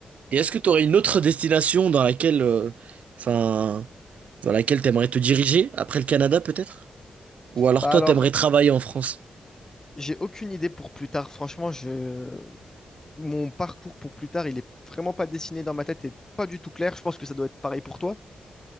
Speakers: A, on the right; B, on the left.
A: Et est-ce que tu aurais une autre destination dans laquelle, euh, enfin, dans laquelle t'aimerais te diriger après le Canada peut-être? Ou alors
B: Bah
A: toi,
B: alors,
A: t'aimerais travailler en France?
B: j'ai aucune idée pour plus tard. Franchement, je, mon parcours pour plus tard, il est vraiment pas dessiné dans ma tête et pas du tout clair. Je pense que ça doit être pareil pour toi.